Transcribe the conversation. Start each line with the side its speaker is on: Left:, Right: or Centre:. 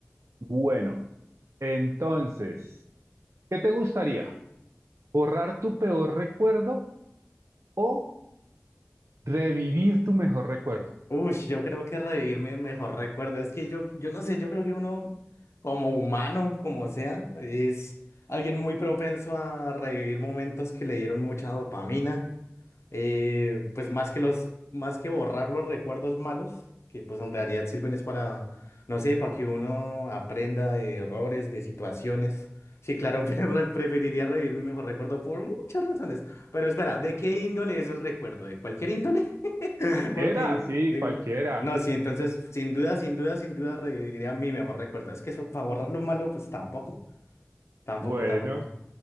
Right: Bueno, entonces, ¿qué te gustaría? ¿Borrar tu peor recuerdo o revivir tu mejor recuerdo?
Left: Uy, yo creo que revivir mi mejor recuerdo. Es que yo, yo no sé, yo creo que uno, como humano, como sea, es alguien muy propenso a revivir momentos que le dieron mucha dopamina eh, pues más que los, más que borrar los recuerdos malos, que pues en realidad sirven es para, no sé, para que uno aprenda de errores, de situaciones. Sí, claro, <laughs> pre- preferiría revivir mi mejor recuerdo por muchas razones. Pero espera, ¿de qué índole es el recuerdo? ¿De cualquier índole? <laughs> Porque,
Right: Era, sí,
Left: de-
Right: cualquiera.
Left: no, sí, entonces, sin duda, sin duda, sin duda, reviviría mi mejor recuerdo. Es que eso, para borrar lo malo, pues tampoco, tampoco,
Right: Bueno,
Left: tampoco.